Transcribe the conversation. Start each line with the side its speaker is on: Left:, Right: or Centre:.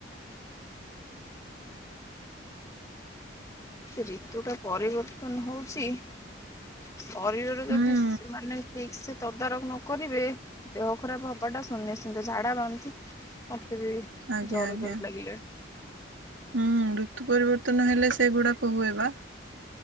Left: ଋତୁ ଟା ପରିବର୍ତ୍ତନ ହୋଉଚି। ଶରୀରରେ
Right: ହୁଁ
Left: ଯଦି ସ୍ ମାନେ ଠିକ୍ ସେ। ତଦାରକ୍ ନ କରିବେ ଦେହ ଖରାପ ହବାଟା ଶୁନିଶ୍ଣିତ୍ ଝାଡ଼ା ବାନ୍ନ୍ତି ମତେ ବି।
Right: ଆଜ୍ଞା,
Left: ଜର
Right: ଆଜ୍ଞା।
Left: ଜର ଲାଗିଲାଣି
Right: ହୁଁ ଋତୁ ପରିବର୍ତ୍ତନ ହେଲେ ସେଗୁଡାକ ହୁଏ ବା।